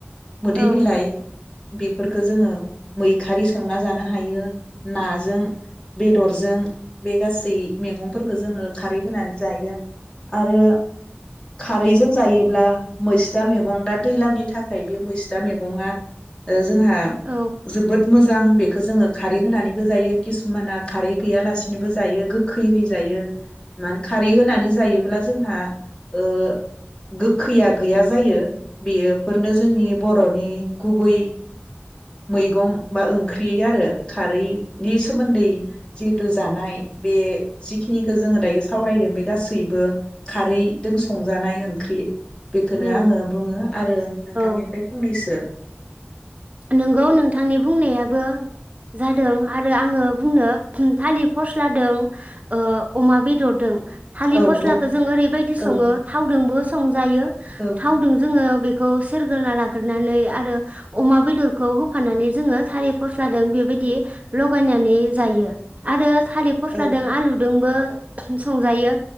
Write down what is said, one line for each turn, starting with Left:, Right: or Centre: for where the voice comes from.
Left: मोदै
Right: औ
Left: बिलाइ बेफोरफोरखो जोङो मैखारि संना जानो हायो। नाजों बेदरजों बे गासै मेगं फोरखो जोङो खारै होनानै जायो आरो। आरो खारैजों जायोब्ला मैस्था मेगं दा दैलांनि थाखाय बे मैस्था मैगङा ओ जोंहा
Right: औ
Left: जोबोद मोजां बेखो जोङो खारै होनानैबो जायो किसुमाना खारै गैयालासिनोबो जायो गो खैहैजायो मा खारै होनानै जायोब्ला जोंहा ओ गोखैया गैया जायो। बेयो फोरनो जोंनि बर'नि गुबै मैगं बा ओंख्रि बेयो आरो। खारैनि सोमोन्दै जिहेतु जानाय बे जिखिनिखौ जोङो दायो सावरायदों बे गासैबो खारैदों संजानाय ओं ख्रि बेख़नो
Right: उम
Left: आङो बुङो आरो नोंथांनिफ्राय
Right: औ
Left: फंनैसो
Right: नोंगौ नोंथांनि बुंनायाबो जादों आरो आङो बुंनो थालिर फस्लादों ओ अमा बेदरदों। थालिर
Left: औ
Right: फस्लाखौ
Left: औ
Right: जों ओरैबायदि
Left: औ
Right: सङो थावदोंबो सं जायो
Left: औ
Right: थावदों जोङो बे खौ सोरग्रोना लाग्रोनानै आरो अमा बेद बेदरखौ होफाननानै जोङो थालिर फस्लादों बे बायदि लगायना नि जायो आरो थालिर फस्लादों
Left: औ
Right: आलुदोंबो <unintelligible> संजायो।